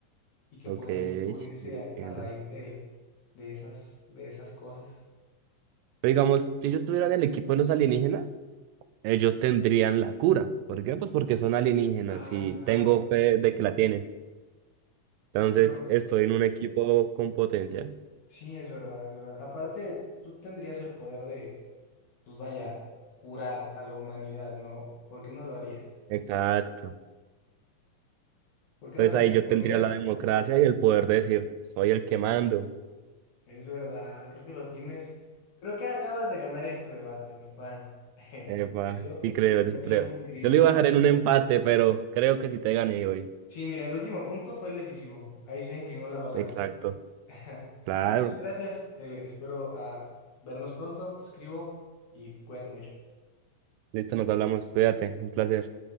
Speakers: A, on the left; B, on the right.
A: y que
B: ok,
A: podrían descubrirse
B: sí, entiendo.
A: a, a raíz de, de esas, de esas cosas.
B: Pero digamos, si yo estuviera en el equipo de los alienígenas, ellos tendrían la cura. ¿Por qué? Pues porque son alienígenas
A: Ah,
B: y
A: claro.
B: tengo fe de que la tienen. Entonces,
A: Pero
B: estoy en un equipo con potencia.
A: sí, es verdad, es verdad. Aparte, tú tendrías el poder de, pues vaya, curar a la humanidad, ¿no? ¿Por qué no lo harías?
B: Exacto.
A: ¿Por qué
B: Entonces
A: no lo harías?
B: ahí yo
A: ¿Podrías?
B: tendría la democracia y el poder de decir, soy el que mando.
A: Es verdad, creo que lo tienes. Creo que acabas de ganar este debate, mi Juan. <laughs> Me
B: Epa,
A: pareció,
B: sí creo,
A: me
B: sí
A: pareció
B: creo.
A: muy increíble.
B: Yo lo iba a dejar en un empate, pero creo que sí te gané hoy.
A: Sí, mira, el último punto fue el decisivo. Ahí se inclinó la balanza.
B: Exacto.
A: <laughs>
B: Claro.
A: Muchas gracias. eh, espero ah, vernos pronto. Te escribo y cuídate mucho.
B: Listo, nos hablamos. Cuídate. Un placer.